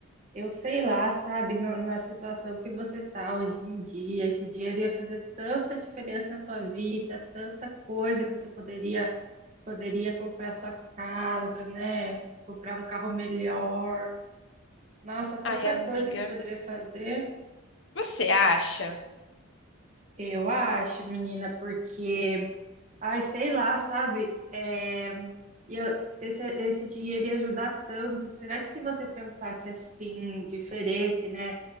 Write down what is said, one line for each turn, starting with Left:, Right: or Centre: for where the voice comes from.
Right: eu sei lá, sabe, no- na situação que você tá hoje em dia, esse dinheiro ia fazer tanta diferença na tua vida, tanta coisa que você poderia poderia comprar sua casa, né? Comprar um carro melhor. Nossa, tanta
Left: Ai, amiga,
Right: coisa que poderia fazer.
Left: você acha?
Right: Eu acho, menina, porque Ai, sei lá, sabe? É, e eu- esse, esse dinheiro ia ajudar tanto. Será que se você pensasse assim, diferente, né?